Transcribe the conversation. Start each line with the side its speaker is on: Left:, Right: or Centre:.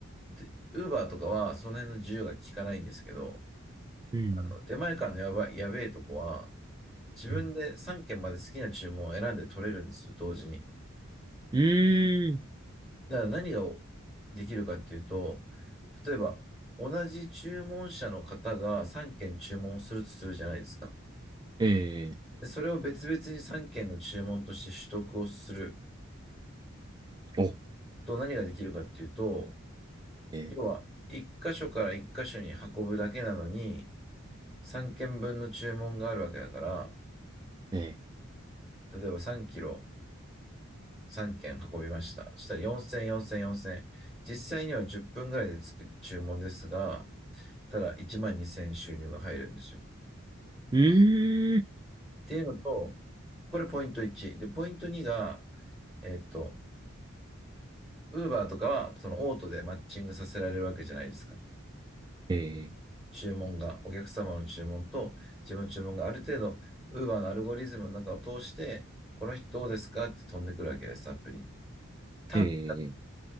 Centre: で、ウーバーとかはその辺の自由が効かないんですけど、
Right: うん。
Centre: あの出前館のやばい、やべえとこは、自分で3件まで好きな注文を選んで取れるんですよ、
Right: うん。
Centre: 同時に。
Right: うーん。
Centre: だから何ができるかっていうと、例えば、同じ注文者の方が3件注文をするとするじゃないですか。
Right: ええ
Centre: でそれを別々に3件の注文として取得をする
Right: お、
Centre: と何ができるかっていうと、
Right: え
Centre: 要は、1箇所から1箇所に運ぶだけなのに、3件分の注文があるわけだから、
Right: ー、え
Centre: 例えば3キロ3件運びました。したら4000、4000、4000。実際には10分ぐらいでつく注文ですが、ただ1万2000収入が入るんですよ。
Right: ー、うーん。
Centre: っていうのと、これポイント1。で、ポイント2が、えっと、ウーバーとかは、そのオートでマッチングさせられるわけじゃないですか。
Right: えー、
Centre: 注文が、お客様の注文と自分の注文がある程度、ウーバーのアルゴリズムの中を通して、この人どうですかって飛んでくるわけです、アプリ。ただ、
Right: ええ